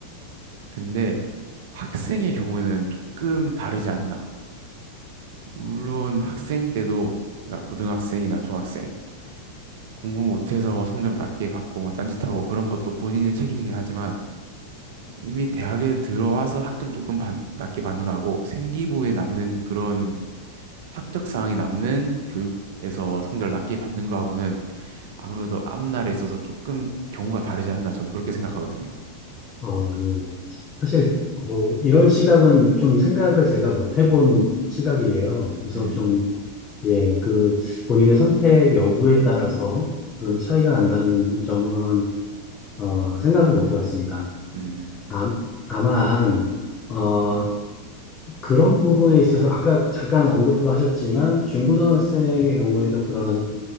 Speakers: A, on the right; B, on the left.
A: 근데 학생의 경우에는 조금 다르지 않나. 물론 학생 때도 그러니까 고등학생이나 중학생 공부 못해서 뭐 성적 낮게 받고 뭐 딴짓하고 그런 것도 본인의 책임이긴 하지만 이미 대학에 들어와서 학점 조금 받- 낮게 받는 거하고 생기부에 남는 그런 학적 사항이 남는 교육에서 성적을 낮게 받는 거하고는 아무래도 앞날에 있어서 조금 경우가 다르지 않나 저는 그렇게 생각하거든요.
B: 어, 예. 사실 뭐 이런 시각은 좀 생각을 제가 못 해본 시각이에요. 그래서
A: 음,
B: 좀, 예, 그 본인의 선택 여부에 따라서 그런 차이가 난다는 점은 어, 생각을 못 해봤습니다.
A: 음,
B: 다, 다만 어, 그런 부분에 있어서 아까 잠깐 언급도 하셨지만 중고등학생의 경우에도 그런